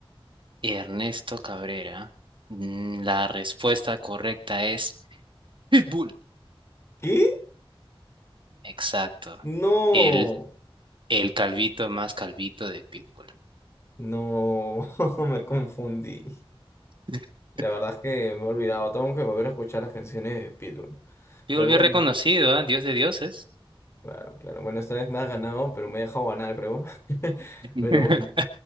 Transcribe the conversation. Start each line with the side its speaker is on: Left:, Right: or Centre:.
Right: Ernesto Cabrera. Mm, La respuesta correcta es Pitbull.
Left: ¿Qué?
Right: Exacto.
Left: No.
Right: El, el calvito más calvito de Pitbull.
Left: No, <laughs> me confundí.
Right: <laughs>
Left: La verdad es que me he olvidado. Tengo que volver a escuchar las canciones de Pitbull.
Right: Pitbull
Left: Pero
Right: bien
Left: bueno,
Right: reconocido, ¿ah? Dios de dioses.
Left: claro, claro. Bueno, esta vez me has ganado, pero me he dejado ganar, creo. <laughs>
Right: <laughs>
Left: Pero bueno.